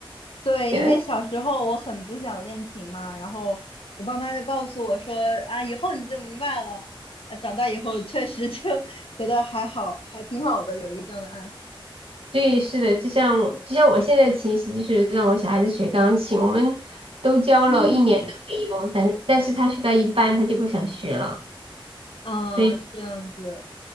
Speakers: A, on the left; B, on the right.
A: 对，
B: <laughs> 对，
A: 因为小时候我很不想练琴嘛，然后我爸妈就告诉我说啊，以后你就明白了。啊，长大以后确实就 <laughs> 觉得还好，还挺好的，有一个这样的爱好。
B: 对，是的，就像就像我现在的情形，就是让我小孩子学钢琴，我们都交了一年的费用，
A: 嗯，
B: 但但是他学到一半他就不想学了，
A: 啊，
B: 所以
A: 是这样子，